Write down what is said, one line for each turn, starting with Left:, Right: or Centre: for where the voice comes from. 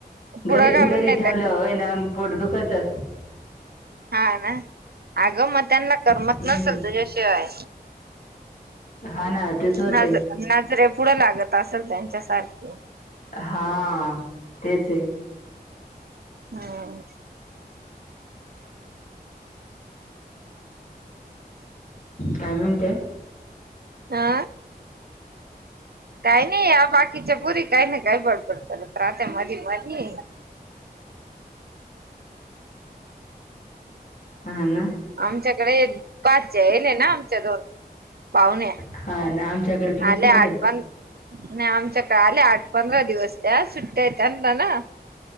Right: पुढं
Left: घरी
Right: घालून
Left: घरी
Right: नेत्या
Left: ठेवल्या
Right: का
Left: होय ना पोट दुखतं
Right: हा ना अग मग त्यांना करमत
Left: हम्म
Right: नसेल तुझ्या शिवाय
Left: हा ना तेच होतय
Right: काय नजरे पुढं लागतं असेल त्यांच्यासारखी
Left: हा तेच आहे.
Right: हम्म.
Left: काय म्हणते?
Right: हा काय नाही या बाकीच्या पुरी काय नाही प्रात मधी मधी
Left: हा ना
Right: आमच्याकडे पाचले ना आमच्या दोन पाहुणे
Left: हा ना आमच्याकडे तर लय
Right: आले
Left: पोर
Right: आठ
Left: आहे
Right: पंधरा नाही आमच्या काडे आले आठ पंधरा दिवस त्या सुट्टया यात त्यांत ना?